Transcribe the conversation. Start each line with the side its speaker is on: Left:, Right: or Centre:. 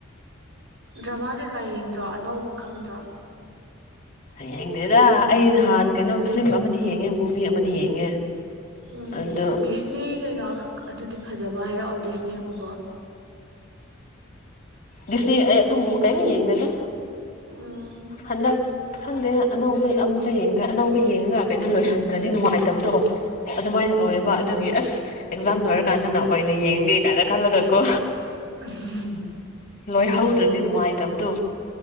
Right: ꯗ꯭ꯔꯃꯥ ꯀꯩꯀꯥ ꯌꯦꯡꯗ꯭ꯔꯣ ꯑꯅꯧꯕ ꯈꯪꯗ꯭ꯔꯣ
Left: ꯌꯦꯡꯗꯦꯗ ꯑꯩ ꯅꯍꯥꯟ ꯀꯩꯅꯣ ꯐꯤꯂꯝ ꯑꯃꯗꯤ ꯌꯦꯡꯉꯦ ꯃꯨꯚꯤ ꯑꯃꯗꯤ ꯌꯦꯡꯉꯦ
Right: ꯎꯝ
Left: ꯑꯗꯨ
Right: ꯗꯤꯁꯅꯦ ꯀꯩꯀꯥ ꯑꯗꯨꯗꯤ ꯐꯖꯕ ꯍꯥꯏꯔꯛꯑꯣ ꯗꯤꯁꯅꯦꯒꯨꯝꯕ
Left: ꯗꯤꯁꯅꯦ ꯑꯩ ꯑꯗꯨꯒꯨꯝꯕ ꯀꯩꯝ ꯌꯦꯡꯗꯦꯗ
Right: ꯎꯝ꯫
Left: ꯍꯟꯗꯛ ꯈꯪꯗꯦ ꯑꯅꯧꯕ ꯑꯝꯇ ꯌꯦꯡꯗ꯭ꯔꯦ ꯑꯅꯧꯕ ꯌꯦꯡꯉꯒ ꯀꯩꯅꯣ ꯂꯣꯏꯁꯤꯟꯗ꯭ꯔꯗꯤ ꯅꯨꯡꯉꯥꯏꯇꯕꯗꯣ ꯑꯗꯨꯃꯥꯏ ꯑꯣꯏꯌꯦꯕ ꯑꯗꯨꯒꯤ ꯑꯁ ꯑꯦꯛꯖꯥꯝ ꯂꯣꯏꯔꯀꯥꯟꯗꯅ ꯑꯣꯏꯅ ꯌꯦꯡꯒꯦ ꯀꯥꯏꯅ ꯈꯜꯂꯒ ꯀꯣ
Right: <inaudible>
Left: ꯂꯣꯏ ꯍꯧꯗ꯭ꯔꯗꯤ ꯅꯨꯡꯉꯥꯏꯇꯕꯗꯣ